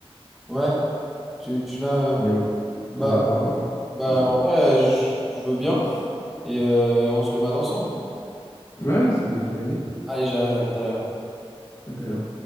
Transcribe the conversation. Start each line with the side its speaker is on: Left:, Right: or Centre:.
Centre: Ouais, tu, tu l'as.
Left: si
Centre: euh,
Left: tu veux venir, venir
Centre: Bah,
Left: la voir, euh,
Centre: bah,
Left: plaisir.
Centre: en vrai, euh, je je veux bien. Et euh, on se le mate ensemble.
Left: Ouais, ça peut être une bonne idée.
Centre: Allez, j'arrive à tout à l'heure.
Left: À tout à l'heure.